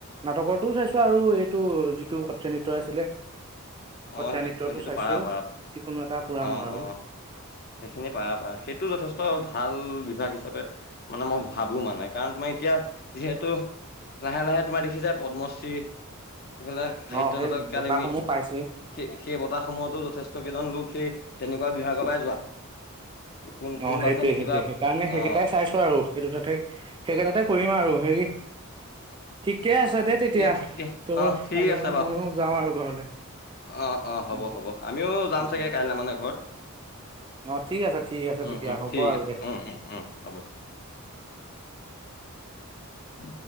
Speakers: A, on the right; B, on the left.
A: নাটকৰটোও চাইছো আৰু এইটো যিটো সত্ৰীয়া নৃত্য আছিলে। সত্ৰীয়া
B: অ' সেইটো
A: নৃত্যটো
B: সেইটো
A: চাইছো
B: পাৰা পাৰা
A: যিকোনো এটা পুৰাম
B: অ'
A: আৰু
B: অ'। সেইখিনি পাৰা পাৰা সেইটো যথেষ্ট ভাল। বিভাগ হিচাপে মানে মই ভাবো মানে কাৰণ তোমাৰ এতিয়া যিহেতু। লাহে লাহে তোমাৰ দেখিছা পদ্মশ্ৰী এইফালে সাহিত্য
A: অ সেই
B: নাটক একাডেমী।
A: বঁটাসমূহ পাইছে
B: সেই সেই বতাহ সমূহতো যথেষ্ট কেইজন লোক সেই তেনেকুৱা বিভাগৰ পৰাই যোৱা। কোন
A: অ
B: কোনোবা
A: সেইটোৱয়ে
B: এজনক দেখিবা
A: সেইটোৱে সেইকাৰণে সেইকেইটাই
B: অ
A: চাইছো আৰু সেইটো তাতে সেইকেইটাতে কৰিম আৰু হেৰি ঠিকে আছে দেই তেতিয়া
B: এই ঠিকে
A: তোৰ
B: অ ঠিক
A: আজৰিও
B: আছে বাৰু
A: ময়ো যাও আৰু ঘৰলে
B: অ অ হ'ব
A: উম
B: হ'ব আমিও যাম
A: হ'ব
B: চাগে কাইলৈ মানে ঘৰ
A: অ ঠিক আছে ঠিক আছে
B: উম
A: তেতিয়া
B: উম
A: হ'ব
B: ঠিক
A: আৰু
B: আছে
A: দে
B: উম উম উম হ'ব উ